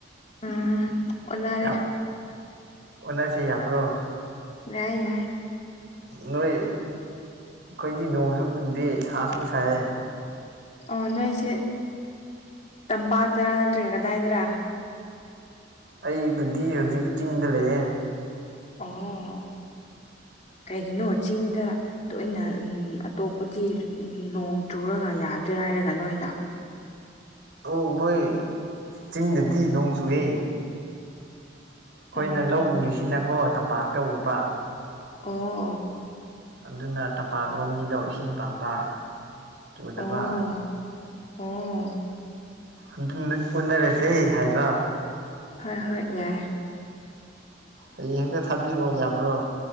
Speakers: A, on the left (about 35°); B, on the right (about 60°).
A: ꯎꯝ ꯑꯣꯟꯅꯔꯦ
B: ꯌꯥꯝ ꯑꯣꯟꯅꯁꯦ ꯌꯥꯕꯔꯣ
A: ꯌꯥꯏ ꯌꯥꯏ
B: ꯅꯣꯏ ꯑꯩꯈꯣꯏꯗꯤ ꯅꯣꯡꯁꯨ ꯆꯨꯗꯦ ꯁꯥ ꯁꯨ ꯁꯥꯏꯔꯦ
A: ꯑꯣ ꯅꯣꯏꯁꯦ ꯇꯝꯄꯥꯛꯇꯔꯥ ꯅꯠꯇ꯭ꯔꯒ ꯀꯗꯥꯏꯗꯔꯥ
B: ꯑꯩꯕꯨꯗꯤ ꯍꯧꯖꯤꯛ ꯆꯤꯡꯗ ꯂꯩꯌꯦ
A: ꯑꯣ ꯀꯩꯒꯤꯅꯣ ꯆꯤꯡꯗ ꯇꯣꯏꯅ ꯎꯝ ꯑꯇꯣꯞꯄꯒꯤ ꯅꯣꯡ ꯆꯨꯔꯒ ꯌꯥꯗ꯭ꯔꯦ ꯍꯥꯏꯔꯒꯅ ꯅꫭꯏꯅ
B: ꯑꯣ ꯑꯈꯣꯏ ꯆꯤꯡꯗꯗꯤ ꯅꯣꯡ ꯆꯨꯏꯌꯦ ꯑꯈꯣꯏꯅ
A: ꯑꯣ
B: ꯂꯧ ꯎꯔꯤꯁꯤꯅꯀꯣ ꯇꯝꯄꯥꯛꯇ ꯎꯕ
A: ꯑꫭ
B: ꯑꯗꯨꯅ ꯇꯝꯄꯥꯛꯂꯣꯝꯒꯤꯗꫭ ꯏꯁꯤꯡ ꯄꯥꯝꯕ ꯆꯨꯗꯕ
A: ꯑꫭ ꯑꫭ
B: ꯑꯗꯨꯅ ꯑꯣꯟꯅꯔꯁꯦ ꯍꯥꯏꯕ
A: ꯍꯣꯏ ꯍꯣꯏ ꯌꯥꯏ
B: ꯍꯌꯦꯡ ꯍꯦꯛꯇ ꯊꯥꯕꯤꯔꯛꯑꯣ ꯌꯥꯕ꯭ꯔꯣ